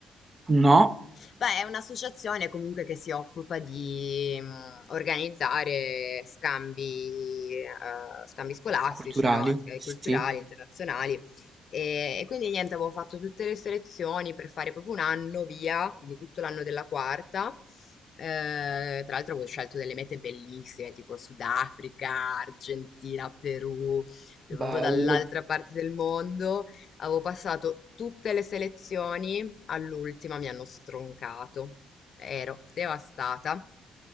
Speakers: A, on the right; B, on the left.
A: No. <clears throat>
B: Beh, è un'associazione comunque che si occupa di mh, organizzare scambi, eh, scambi scolastici,
A: Culturali?
B: no? E
A: Sì.
B: Culturali, internazionali. E, e quindi niente, avevo fatto tutte le selezioni per fare proprio un anno via, quindi tutto l'anno della quarta. Eh, tra l'altro avevo scelto delle mete bellissime, tipo Sudafrica, Argentina, Perù, cioè
A: Bello.
B: proprio dall'altra parte del mondo. Avevo passato tutte le selezioni all'ultima mi hanno stroncato. Ero devastata.